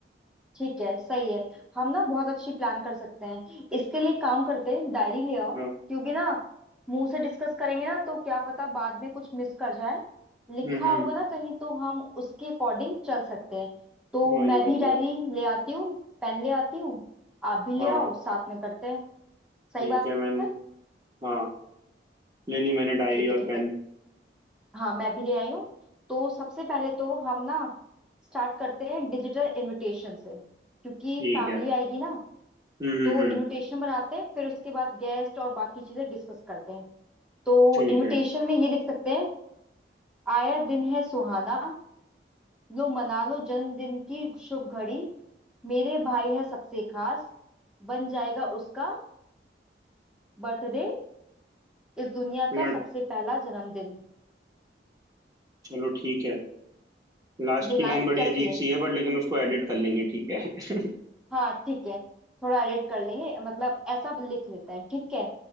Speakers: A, in the centre; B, on the right.
A: ठीक है सही है हम ना बहुत अच्छी प्लान कर सकते हैं इसके लिए काम करते हैं डायरी ले आओ
B: हाँ
A: क्योंकि ना मुंह से डिस्कस करेंगे ना तो क्या पता बाद में कुछ मिस कर जाए लिखा
B: हम्म हम्म
A: होगा ना कहीं तो हम उसके अकॉर्डिंग चल सकते हैं तो
B: हाँ ये
A: मैं
B: बात
A: भी
B: तो
A: डायरी
B: है
A: ले आती हूँ पेन ले आती हूँ आप भी
B: हाँ
A: ले आओ साथ में करते हैं सही
B: ठीक
A: बात
B: है मैंने
A: है
B: हाँ ले ली मैंने डायरी
A: ठीक है
B: और
A: ठीक
B: पेन
A: है हाँ मैं भी ले आई हूँ तो सबसे पहले तो हम ना स्टार्ट करते हैं डिजिटल इनविटेशन से क्योंकि
B: ठीक
A: फैमिली
B: है
A: आएगी ना
B: हम्म हम्म
A: तो
B: हम्म
A: इनविटेशन बनाते हैं फिर उसके बाद गेस्ट और बाकी चीजें डिस्कस करते हैं तो
B: ठीक
A: इनविटेशन
B: है
A: में ये लिख सकते हैं आया दिन है सुहाना लो मना लो जन्मदिन की शुभ घड़ी मेरे भाई है सबसे खास बन जाएगा उसका बर्थडे इस दुनिया
B: ला-
A: का सबसे पहला जन्मदिन
B: चलो ठीक है लास्ट
A: ये
B: की
A: लाइन
B: लाइन बड़ी
A: कैसी
B: अजीब
A: है
B: सी है बट लेकिन उसको एडिट कर लेंगे ठीक है <laughs>
A: हाँ ठीक है थोड़ा एडिट कर लेंगे मतलब ऐसा लिख लेते हैं ठीक है